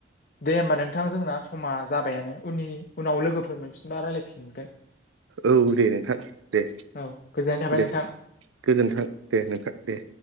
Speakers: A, on the left; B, on the right.
A: दे होमबा नोंथां जोंना समा जाबायानो उनि उनाव लोगोफोर मोनफिनबा रायलायफिनगोन।
B: औ दे नोंथां दे।
A: औ गोजोननाय थाबाय
B: दे
A: नोंथां
B: गोजोन्थों दे नोंथां दे।